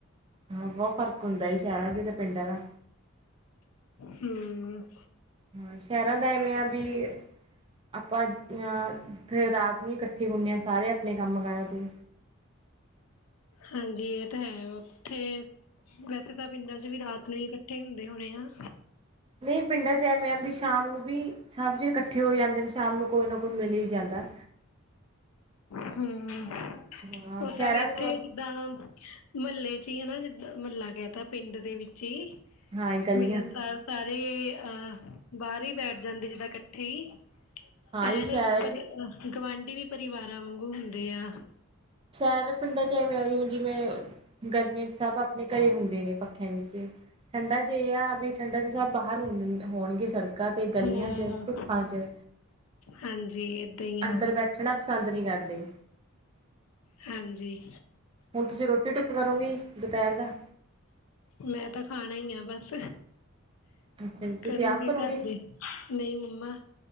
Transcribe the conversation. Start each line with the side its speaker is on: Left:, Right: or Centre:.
Right: ਹਾਂ ਬਹੁਤ ਫ਼ਰਕ ਹੁੰਦਾ ਜੀ, ਸ਼ਹਿਰਾਂ 'ਚ ਤੇ ਪਿੰਡਾਂ ਦਾ।
Left: ਹਮ।
Right: ਹਾਂ, ਸ਼ਹਿਰਾਂ ਦਾ ਐਵੇਂ ਆ ਵੀ ਆਪਾਂ ਫਿਰ ਰਾਤ ਨੂੰ ਇਕੱਠੇ ਹੁੰਦੇ ਹਾਂ, ਸਾਰੇ ਆਪਣੇ ਕੰਮ ਕਾਰਾਂ ਤੋਂ।
Left: ਹਾਂਜੀ, ਇਹ ਤਾਂ ਹੈ ਉੱਥੇ ਵੈਸੇ ਤਾਂ ਪਿੰਡਾਂ 'ਚ ਵੀ, ਰਾਤ ਨੂੰ ਹੀ ਇਕੱਠੇ ਹੁੰਦੇ ਹੋਣੇ ਆ?
Right: ਨਹੀਂ ਪਿੰਡਾਂ 'ਚ ਐਵੇਂ ਆ, ਵੀ ਸ਼ਾਮ ਨੂੰ ਵੀ ਸਭ ਜ ਇਕੱਠੇ ਹੋ ਜਾਂਦੇ ਨੇ, ਸ਼ਾਮ ਨੂੰ ਕੋਈ ਨਾ ਕੋਈ ਮਿਲੇ ਹੀ ਜਾਂਦਾ।
Left: ਹਮ,
Right: ਹਾਂ
Left: ਓਦਾਂ
Right: ਸ਼ਹਿਰਾਂ
Left: ਵੀ ਇੱਥੇ
Right: ਚ
Left: ਜਿੱਦਾਂ ਮਹੱਲੇ 'ਚ ਹੀ ਹਨਾ ਜਿੱਦਾਂ, ਮਹੱਲਾ ਕਹਿ ਤਾ ਪਿੰਡ ਦੇ ਵਿੱਚ ਹੀ
Right: ਹਾਂ ਗਲੀਆਂ
Left: ਮਿਲਣ ਦਾ ਸਾਰੇ ਅਹ ਬਾਹਰ ਹੀ ਬੈਠ ਜਾਂਦੇ ਜਿੱਦਾਂ ਇਕੱਠੇ ਹੀ
Right: ਹਾਂ
Left: ਐਨ,
Right: ਹੀ ਸ਼ਹਿਰ
Left: ਪਰ ਗਵਾਂਢੀ ਵੀ ਪਰਿਵਾਰਾਂ ਵਾਂਗੂ ਹੁੰਦੇ ਆ।
Right: ਸ਼ਹਿਰ ਪਿੰਡਾਂ ਚ ਐਵੇਂ ਆ ਜ ਜਿਵੇਂ, ਗਰਮੀਆਂ ਚ ਸਭ ਆਪਣੇ ਘਰੇ ਹੁੰਦੇ ਨੇ, ਪੱਖਿਆਂ ਨੀਚੇ ਠੰਡਾ ਚ ਇਹ ਆ ਵੀ ਠੰਡਾ ਚ ਸਭ ਬਾਹਰ ਹੁੰ ਹੋਣਗੇ ਸੜਕਾਂ ਤੇ ਗਲੀਆਂ
Left: ਹੂੰ,
Right: ਚ ਧੁੱਪਾਂ ਚ
Left: ਹਾਂਜੀ। ਈ ਆ।
Right: ਅੰਦਰ ਬੈਠਣਾ ਪਸੰਦ ਨਹੀ ਕਰਦੇ।
Left: ਹਾਂਜੀ।
Right: ਹੁਣ ਤੁਸੀਂ ਰੋਟੀ ਟੁੱਕ ਕਰੋਗੇ ਜੀ ਦੁਪਹਿਰ ਦਾ?
Left: ਮੈਂ ਤਾਂ ਖਾਣਾ ਹੀ ਆ ਬਸ,
Right: ਅੱਛਾ ਜੀ
Left: ਕਰੂਗੇ
Right: ਤੁਸੀਂ ਆਪ ਕਰੋਗੇ
Left: ਘਰ ਦੇ। ਨਹੀਂ ਮੰਮਾ,